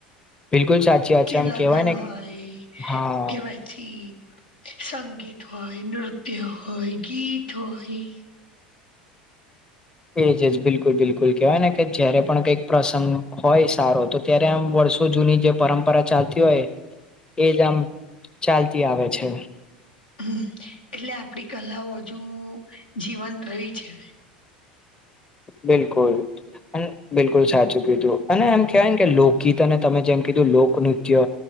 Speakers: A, on the left; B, on the left.
A: બિલકુલ સાચી વાત
B: કે
A: છે આમ
B: લગન
A: કેવાય ને
B: હોય
A: હા
B: કેવાય થી સંગીત હોય નૃત્ય હોય ગીત હોય
A: એજ જ બિલકુલ બિલકુલ કેહેવાય ને કે જયારે પણ કંઈક પ્રસંગ હોય સારો તો ત્યારે આમ વર્ષો જૂની જે પરંપરા ચાલતી હોય એ જ આમ ચાલતી આવે છે
B: હમ એટલે આપડી કલાઓ હજુ જીવંત રહી છે
A: બિલકુલ અને બિલકુલ સાચું કીધું અને એમ કહેવાય કે લોકગીત અને તમે જેમ કીધું લોકનૃત્ય